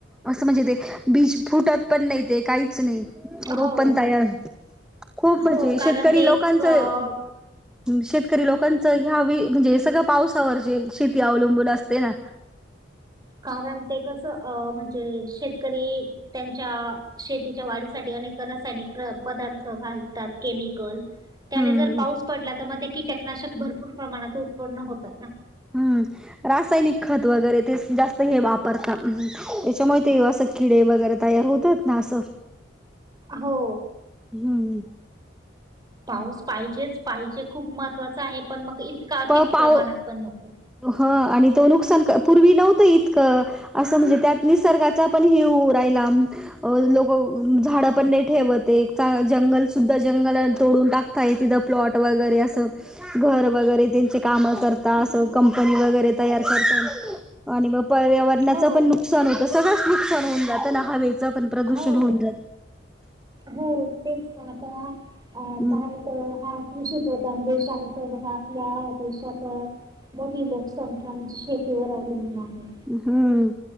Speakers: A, in the centre; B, on the right.
A: असं म्हणजे ते बीज फुटत पण नाही ते काहीच नाही
B: हो.
A: रोप पण तयार खूप
B: हो
A: म्हजे
B: कारण
A: श तरी
B: ते
A: लोकांचं
B: एक अ
A: शेतकरी लोकांच ह्या म्हणजे सगळं पावसावर जे शेती अवलंबून असते ना.
B: कारण ते कसं अ म्हणजे शेतकरी त्यांच्या शेतीच्या वाढीसाठी अनेक रासायनिक पदार्थ घालतात, केमिकल त्याने
A: हम्म
B: जर पाऊस पडला तर मग ते, कीटकनाशक भरपूर प्रमाणात उत्पन्न होतात ना.
A: हम्म. रासायनिक खत वगैरे ते जास्त हे वापरतात त्याच्यामुळे ते असं किडे वगैरे तयार होतात ना असं.
B: हो.
A: हम्म.
B: पाऊस पाहिजेच, पाहिजे खूप महत्त्वाच आहे पण मग इतकात अति
A: पाऊ
B: प्रमाणात पण नको.
A: ह आणि तो नुकसान, पूर्वी नव्हतं इतकं असं म्हणजे त्यात निसर्गाचा पण हे राहिला. अ लोक झाडं पण नाही ठेवते, एक जंगल सुद्धा जंगला तोडून टाक काही तिथं प्लॉट वगैरे असं घर वगैरे त्यांचे काम करता असं,
B: हो.
A: कंपनी वगैरे तयार करत. आणि मग पर्यावरणाचं
B: हो
A: पण नुकसान होतं, सगळंच नुकसान होऊन जातं ना हवेचं. पण प्रदूषण
B: हो.
A: होऊन जात.
B: हो तेच ना आता अ
A: हम्
B: तर हा कृषीप्रधान देश आहे, तर बघा आपल्या देशात मोठी लोकसंख्या म्हणजे शेतीवर अवलंबून आहे.
A: हम्म